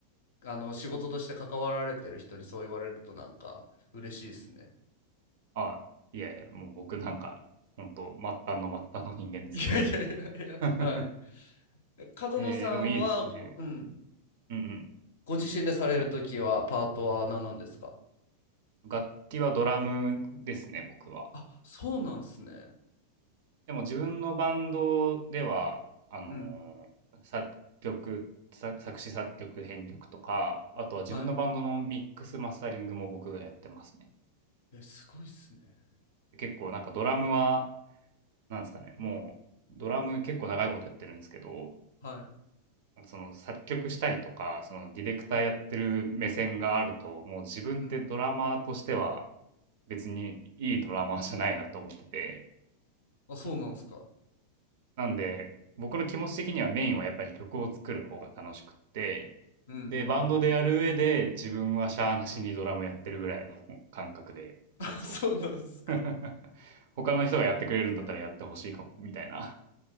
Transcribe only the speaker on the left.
あの仕事として関わられてる人にそう言われるとなんか嬉しいですね。
いやいやいやいや、
はい。え角野さんはご、
うん、
ご自身でされるときはパートは何なんですか
あ、そうなんすね。
うん。
はい。え、すごいっすね。
はい。
うん。
あ、そうなんすか。
うんうんうんうん
うん。<laughs> そうなんすか。
へ